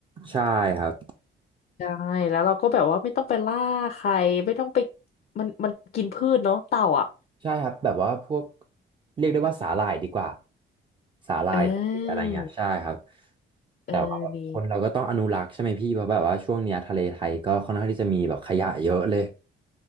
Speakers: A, on the right (about 25°); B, on the left (about 50°).
A: ใช่ครับ
B: ใช่แล้วเราก็แบบว่าไม่ต้องไปล่าใครไม่ต้องไปมันมันกินพืชเนาะเต่าอ่ะ
A: ใช่ครับแบบว่าพวกเรียกได้ว่าสาหร่ายดีกว่าสาหร่ายอะไรเงี้ยใช่ครับ
B: เออเออดี
A: แต่ว่าแบบคนเราก็ต้องอนุรักษ์ใช่ไหมพี่เพราะแบบว่าช่วงเนี้ยทะเลไทยก็ค่อนข้างที่จะมีแบบขยะเยอะเลย